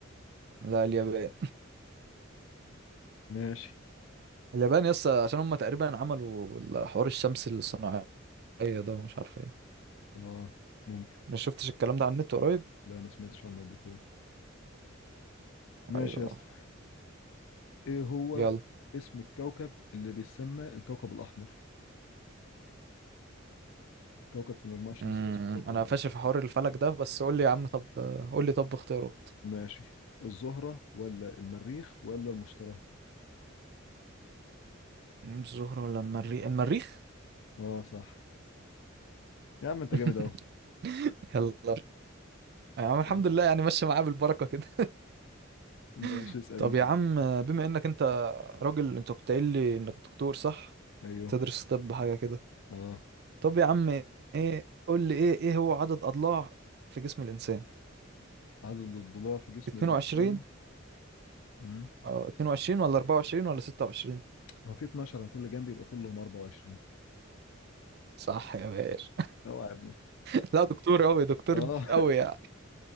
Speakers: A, on the right; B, on the left.
A: لا اليابان
B: ماشي
A: اليابان يسطا عشان هم تقريبا عملوا ال- حوار الشمس الصناعية ده ومش عارف ايه
B: اه ممكن
A: ما شفتش الكلام ده على النت قريب
B: لا ما سمعتش عنه قبل كده ماشي
A: ايوه
B: يا اسطى إيه هو
A: يلا
B: اسم الكوكب اللي بيسمى الكوكب الأحمر كوكب في المجموعة الشمسية
A: امم
B: اسمه الكوكب
A: انا
B: الأحمر
A: فاشل في حوار الفلك ده بس قول لي يا عم طب قول لي طب اختيارات
B: ماشي الزهرة ولا المريخ ولا المشتري
A: الزهرة ولا المريخ المريخ
B: اه صح يا عم انت
A: <laughs>
B: جامد أوي
A: يلا يا عم الحمد
B: ماشي
A: لله يعني ماشية معاه بالبركة كده
B: ماشي
A: <laughs>
B: اسأل
A: طب
B: انت
A: يا
B: بقى
A: عم بما انك انت راجل انت كنت قايل لي انك دكتور صح
B: ايوه
A: تدرس طب حاجة كده
B: اه
A: طب يا عم ايه قول لي ايه ايه هو عدد اضلاع في جسم الانسان
B: عدد الضلوع في جسم
A: 22
B: الإنسان مم.
A: اه 22 ولا 24 ولا 26
B: هو في 12 على كل جنب يبقى كلهم 24
A: صح يا باشا
B: اوعى يا ابني
A: <laughs> لا دكتور قوي دكتور
B: اه
A: قوي يعني